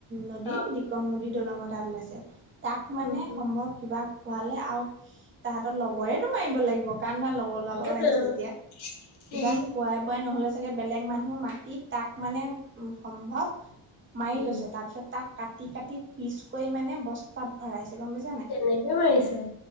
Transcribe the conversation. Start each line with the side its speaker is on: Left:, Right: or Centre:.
Right: নদী,
Left: অ
Right: দিকম নদী
Left: উম,
Right: দলঙৰ তাত ওলাইছে। তাক মানে
Left: উম, উম।
Right: সম্ভৱ কিবা খোৱালে আৰু তাহতৰ লগৰেতো মাৰিব লাগিব কান ধৰা লগৰ লৰা লগত
Left: সেইটোৱে
Right: আহিছে
Left: আৰু।
Right: যেতিয়া কিবা
Left: উম
Right: খোৱাই বোৱাই নহলে চাগে বেলেগ মানুহ মাতি তাক মানে উ সম্ভৱ মাৰি
Left: উম,
Right: লৈছে তা- তাক কাটি-কাটি পিচ কৰি মানে বস্তাত ভৰাইছে। গম পাইছ
Left: তেনেকে মাৰিছে।